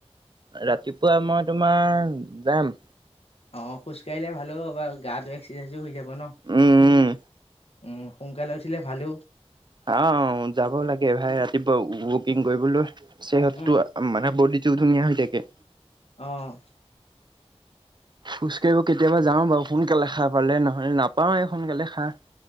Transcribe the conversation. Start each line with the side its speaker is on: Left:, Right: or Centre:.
Right: ৰাতিপুৱা মই তোমাৰ যাম,
Left: অ' খোজ কঢ়িলে ভালো আব গাটো এক্সাৰচাইজো হৈ যাব কনো
Right: উম
Left: উম সোনকালে উঠে ভালে
Right: আহ যাব লাগে ভাই ৰাতিপুৱা ৱকিং কৰিবলৈ সিহতটো
Left: উম
Right: মানে বডি ধুনীয়া হৈ থাকে
Left: আহ
Right: খোজ কঢ়িব কেতিয়াবা যাওঁ বাৰু সোনকালে খাই পালে নহলে নাপাও এই সোনকালে খা